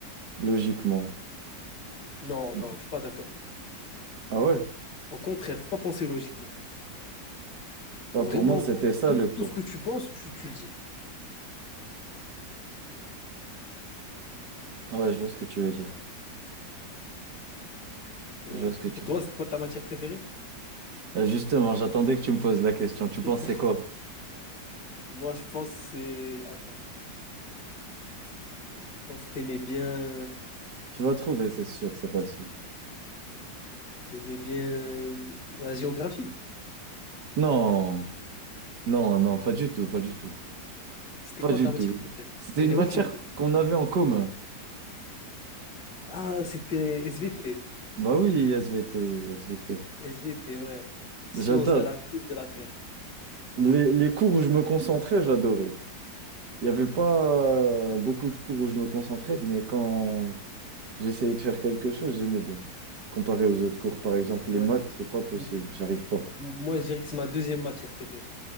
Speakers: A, on the right; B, on the left.
A: logiquement.
B: Non,
A: Ouais.
B: non, je suis pas d'accord.
A: Ah ouais?
B: Au contraire, faut pas penser logiquement.
A: Bah,
B: Faut
A: pour
B: vraiment
A: moi, c'était ça
B: tout,
A: le cours.
B: tout ce que tu penses, tu, tu le dis.
A: Ouais, je vois ce que tu veux dire.
B: Ouais.
A: Je vois ce que tu
B: Et toi,
A: veux dire.
B: c'était quoi ta matière préférée?
A: Euh, justement, j'attendais que tu me poses la question. Tu pensais
B: <laughs>
A: quoi?
B: Moi, je pense que c'est. Attends, je pense que t'aimais bien.
A: Tu vas trouver, c'est sûr, c'est facile.
B: T'aimais bien la géographie.
A: Non, non, non, pas du tout, pas du tout.
B: C'était
A: Pas
B: quoi
A: du
B: ta
A: tout.
B: matière préférée?
A: C'était
B: J'en
A: une
B: ai
A: matière
B: aucune idée.
A: qu'on avait en commun.
B: Ah, c'était SVT.
A: Bah oui, SVT, SVT.
B: SVT, ouais. Sciences
A: J'adore.
B: de la vie et de la terre.
A: Les, les cours où je me concentrais, j'adorais. Il n'y avait pas euh, beaucoup de cours où je me concentrais, mais quand, J'essayais de faire quelque chose, j'aimais bien. Comparé aux autres cours, par exemple,
B: Ouais.
A: les maths, c'est pas possible,
B: M-
A: j'arrive pas.
B: Moi, je dirais que c'est ma deuxième matière préférée.